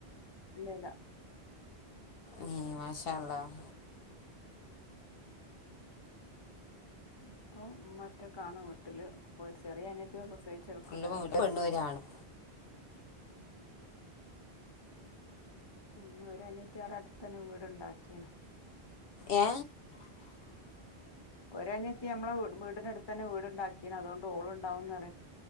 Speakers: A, on the left (about 25°); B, on the left (about 65°).
A: ഇല്ലല്ല
B: എ മാഷാഅള്ളാഹ്
A: പ്പൊ മ്മ ഒറ്റക്കാണ് വീട്ടില് ഇപ്പൊരു ചെറിയ അനിയത്തി പ്രസവി സയ്ച്ചെക്ക്ണ്ട്
B: ഫുള്ള്
A: അയ്നോണ്ടോള്ണ്ട്
B: പെൺകുട്ടി പെണ്ണും ഒരാണും
A: പിന്നെ ഒരു അനിയത്തി അവടെ അട്ത്തെന്നെ വീട്ണ്ടാക്കിണ്
B: ഏ
A: <inaudible> ഒരനിയത്തി നമ്മളെ വീടിനടുത്തെന്നെ വീട്ണ്ടാക്കിണ് അതോണ്ടോള് ണ്ടാവുന്നറിയും